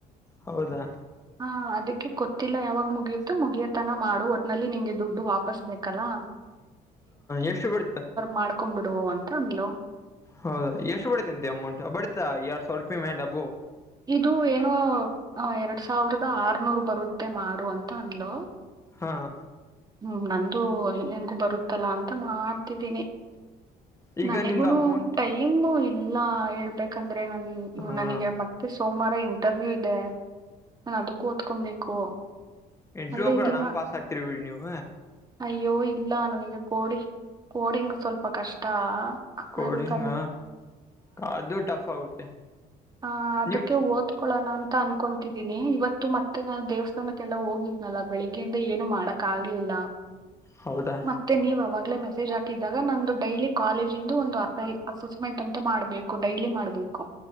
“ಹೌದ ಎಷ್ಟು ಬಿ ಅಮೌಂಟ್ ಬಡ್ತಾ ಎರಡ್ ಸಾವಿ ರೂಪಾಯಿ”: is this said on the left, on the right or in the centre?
Left